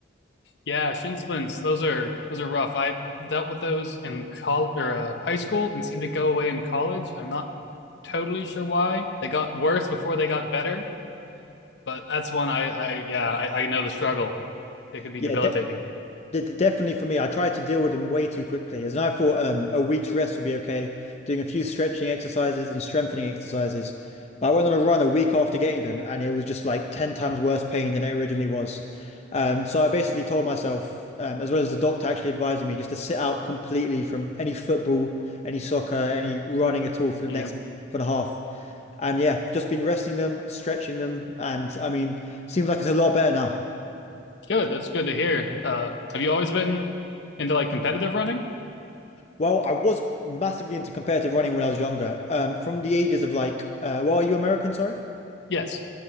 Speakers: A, on the left; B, on the left.
A: Yeah, shin splints. Those are those are rough. I dealt with those in col or uh, high school and seemed to go away in college. I'm not totally sure why. They got worse before they got better, but that's one I I yeah I, I know the struggle. It could be
B: Yeah,
A: debilitating.
B: de- de- definitely for me, I tried to deal with them way too quickly. As in, I thought um, a week's rest would be okay, doing a few stretching exercises and strengthening exercises. But I went on a run a week after getting them, and it was just like 10 times worse pain than it originally was. Um, so I basically told myself, um, as well as the doctor actually advising me, just to sit out completely from any football, any soccer, any running at all for
A: Yeah,
B: the next for the half. And yeah, just been resting them, stretching them, and I mean, seems like it's a lot better now.
A: good. That's good to hear. Uh, have you always been into like competitive running?
B: Well, I was massively into competitive running when I was younger. Um, from the ages of like, uh, well, are you American? Sorry.
A: Yes.